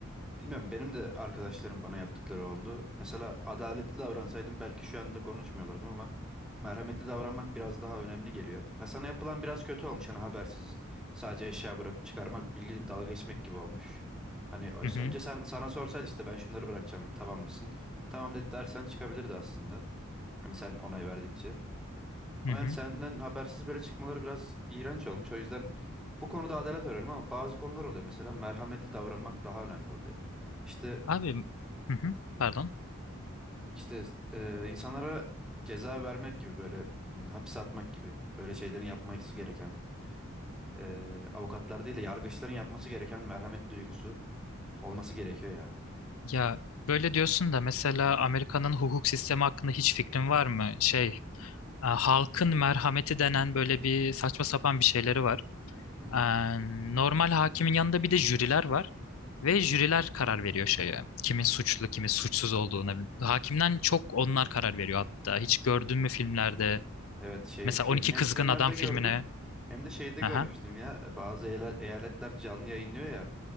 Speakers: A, in the centre; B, on the left.
A: Bilmiyorum benim de arkadaşlarım bana yaptıkları oldu. Mesela adaletli davransaydım belki şu anda konuşmuyorlardım ama merhametli davranmak biraz daha önemli geliyor. Ha, sana yapılan biraz kötü olmuş hani habersiz sadece eşya bırakıp çıkarmak bildiğin dalga geçmek gibi olmuş. Hani ö-
B: Hı hı,
A: önce sen sana sorsaydı işte ben şunları bırakacağım tamam mısın? Tamam dedi dersen çıkabilirdi aslında. Hani sen onay verdikçe. Ama
B: hı hı.
A: yani senden habersiz böyle çıkmaları biraz iğrenç olmuş. O yüzden bu konuda adalet arıyorum ama bazı konular oluyor. Mesela merhametli davranmak daha önemli oluyor. İşte
B: Abi hı hı, pardon.
A: işte e, insanlara ceza vermek gibi böyle m, hapse atmak gibi böyle şeylerin yapması gereken e, avukatlar değil de yargıçların yapması gereken merhamet duygusu olması gerekiyor ya.
B: Ya böyle diyorsun da mesela Amerika'nın hukuk sistemi hakkında hiç fikrin var mı? Şey, e, halkın merhameti denen böyle bir saçma sapan bir şeyleri var.
A: Hı hı.
B: Ee, normal hakimin yanında bir de jüriler var. Ve jüriler karar veriyor şeye. Kimin suçlu, kimin suçsuz olduğuna. Hakimden çok onlar karar veriyor hatta. Hiç gördün mü filmlerde?
A: Evet şey
B: Mesela
A: film
B: 12
A: hem
B: Kızgın
A: filmlerde
B: Adam filmine.
A: gördüm hem de şeyde
B: Aha.
A: görmüştüm ya e, bazı eyla- eyaletler canlı yayınlıyor ya